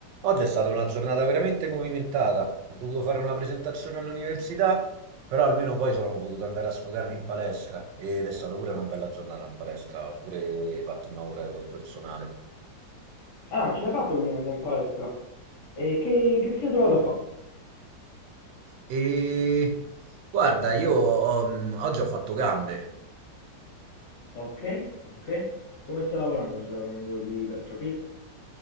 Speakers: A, on the right; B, on the left.
A: Oggi è stata una giornata veramente movimentata. Ho dovuto fare una presentazione all'università, però almeno poi sono potuto andare a sfogarmi in palestra ed è stata pure una bella giornata in palestra. Ho pure fatto una ora di record personale.
B: Ah, ma ce l'hai fatta quindi andare in palestra? E che, che ti sei trovato a fare?
A: E guarda, io um, oggi ho fatto gambe.
B: Ok, ok. Come sta lavorando? Sta lavorando di ipertrofia?